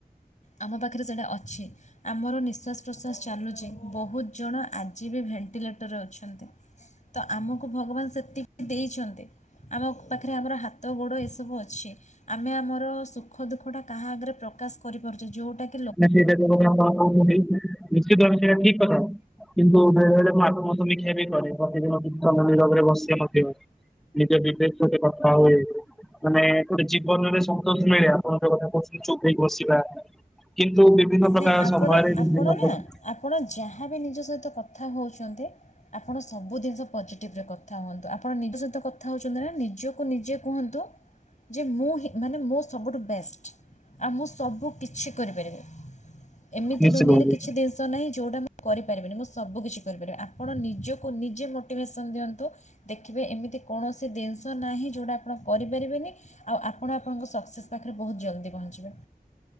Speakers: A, on the left; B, in the centre.
A: ଆମ ପାଖେରେ ସେଟା ଅଛି। ଆମର ନିଶ୍ୱାସ୍ ପ୍ରଶ୍ୱାସ୍ ଚାଲୁଚି, ବହୁତ୍ ଜଣ ଆଜି ବି ଭେଣ୍ଟିଲେଟରରେ ଅଛନ୍ତି। ତ ଆମକୁ ଭଗବାନ୍ ସେତିକି ଦେଇଛନ୍ତି। ଆମ ପାଖରେ ଆମର ହାତ ଗୋଡ଼ ଏସବୁ ଅଛି, ଆମେ ଆମର ସୁଖ ଦୁଃଖଟା କାହା ଆଗେରେ ପ୍ରକାଶ କରିପାରୁଚେ, ଯୋଉଟାକି
B: ନାଇଁ ସେଇଟା ଯୋଉ କଥା ଆପଣ କହୁଚନ୍ତି ନିଶ୍ଚିତ ଭାବେ ସେଇଟା ଠିକ୍ କଥା କିନ୍ତୁ ବେଳେ-ବଳେ ମୁଁ ଆପଣଙ୍କ ସମୀକ୍ଷା ବି କରେ ପ୍ରତିଦିନ <unintelligible> ନିରବରେ ବସେ ମଧ୍ୟ, ନିଜ ବିବେକ୍ ସହିତ କଥା ହୁଏ ମାନେ ଗୋଟେ ଜୀ ବନରେ ସନ୍ତୋଷ ମିଳେ ଆପଣ ଯୋଉ କଥା କହୁଛନ୍ତି ଚୁପ୍ ହେଇ ବସିବା, କିନ୍ତୁ ବିଭିନ୍ନ ପ୍ରକାର
A: ନାଇଁ ଆପଣ-ଆପଣ
B: ସମୟରେ ବିଭିନ୍ନ
A: ନା
B: ପ୍ର-
A: ଆପଣ ଯାହାବି ନିଜ ସହିତ କଥା ହେଉଚନ୍ତି ଆପଣ ସବୁ ଦିନିଷ ପଜିଟିଭ୍ ରେ କଥା ହୁଅନ୍ତୁ, ଆପଣ ନିଜ ସହିତ କଥା ହେଉଚନ୍ତି ନା ନିଜକୁ ନିଜେ କୁହନ୍ତୁ ଯେ ମୁଁ ହିଁ ମାନେ ମୋ ସବୁଠୁ ବେଷ୍ଟ, ଆଉ ମୁଁ ସବୁକିଛି କରିପାରିବି। ଏମିତି
B: ନିଶ୍ଚିତ
A: ଦୁନିଆରେ
B: ଭାବେ
A: କିଛି ଦିନିଷ ନାହିଁ ଯେଉଁଟା ମୁଁ କରିପାରିବିନି, ମୁଁ ସବୁକିଛି କରିପାରିବି ଆପଣ ନିଜକୁ ନିଜେ ମୋଟିଭେସନ୍ ଦିଅନ୍ତୁ। ଦେଖିବେ ଏମିତି କୌଣସି ଦିନିଷ ନାହିଁ, ଯୋଉଟା ଆପଣ କରିପାରିବେନି ଆଉ ଆପଣ ଆପଣଙ୍କ ସକ୍ସେସ୍ ପାଖେରେ ବହୁତ୍ ଜଲ୍ଦି ପହଞ୍ଚିବେ।